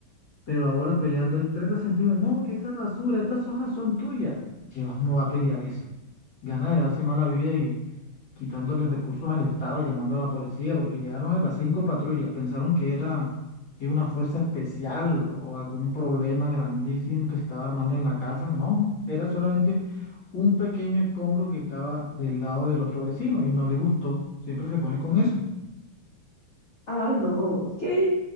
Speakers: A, on the left; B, on the left.
A: pero ahora peleando hay 30 centímetros. No, que esa basura, estas hojas son tuyas. Llevas, uno va a pelear eso. Gana de darse mala vida y quitándole recursos al Estado, llamando a la policía, porque llegaron hasta cinco patrullas. Pensaron que era que una fuerza especial o algún problema grandísimo que se estaba armando en la casa. No, era solamente un pequeño escombro que estaba del lado del otro vecino y no le gustó. Siempre se pone con eso.
B: Ah, no, qué